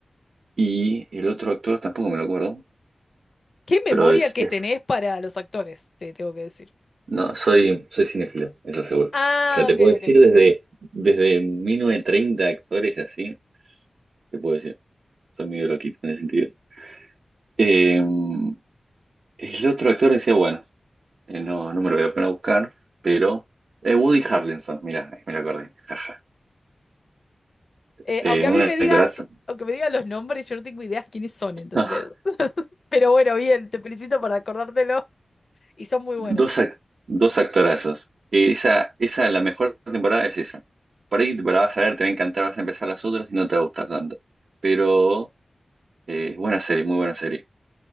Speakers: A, on the right; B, on the left.
A: y el otro actor tampoco me lo acuerdo,
B: ¿Qué memoria
A: pero es,
B: que
A: es-
B: tenés para los actores? Te tengo que decir.
A: no, soy, soy cinéfilo, eso seguro.
B: Ah,
A: O sea, te
B: ok,
A: puedo decir
B: ok.
A: desde, desde 1930 actores así, te puedo decir, soy medio loquito en ese sentido. Em, El otro actor decía, bueno, eh, no, no me lo voy a poner a buscar, pero eh, Woody Harrelson, mira, me lo acordé, jaja.
B: Eh,
A: Eh,
B: aunque a
A: un
B: mí
A: actorazo.
B: me digas, aunque me digas los nombres, yo no tengo idea quiénes son,
A: <laughs>
B: ¿entendés? <laughs> Pero bueno, bien, te felicito por acordártelo y son muy buenos.
A: Dos, ac- dos actorazos. Eh, esa, esa, la mejor temporada es esa. Por ahí la vas a ver, te va a encantar, vas a empezar las otras y no te va a gustar tanto. Pero eh, buena serie, muy buena serie.